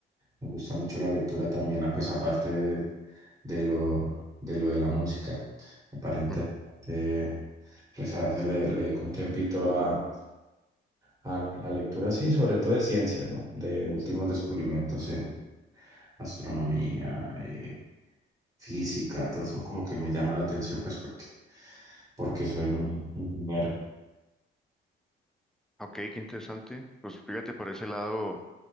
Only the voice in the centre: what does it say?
Ujú.
Ok, qué interesante. Pues fíjate, por ese lado,